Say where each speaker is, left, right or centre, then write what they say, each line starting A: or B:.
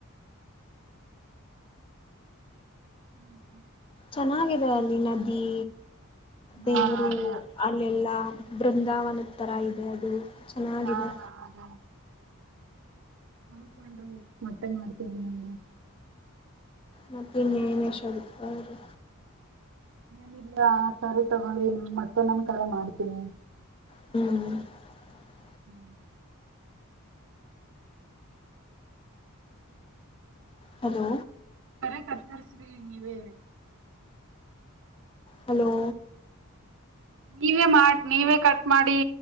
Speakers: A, on the right (about 60°); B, on the left (about 25°).
A: <inaudible>
B: ಚೆನ್ನಾಗಿ ಅಲ್ಲಿ ನದಿ ದೇವರು
A: ಹಾ ಅದೇ ಹಾ
B: ಅಲ್ಲೆಲ್ಲಾ ಬೃಂದಾವನದ ಥರ ಇದೆ ಅದು ಚೆನ್ನಾಗಿದೆ
A: ಹಾ ಅದ ಅರ್ಕೊಂಡ್ರಿ ಮತ್ತೆ ಮಾಡ್ತವಿ ನಿಮಗೆ.
B: ಮತ್ತ ಇನ್ನೇನ ಶ ಅವರು
A: ನಿಲ್ಲ ಸರಿ ತಗೊಳ್ಳಿ ನ ಮತ್ತೆ ನಮ್ ಕರೆ ಮಾಡ್ತೀನಿ
B: ಹ್ಮ್
A: ಹ್ಮ್
B: ಹಲೋ
A: ಸರೆ ಕರ್ತರ್ಸ್ರಿ ನೀವೇ
B: ಹಲೋ
A: ನೀವೇ ಮಾಡಿ ನೀವೇ ಕಟ್ ಮಾಡಿ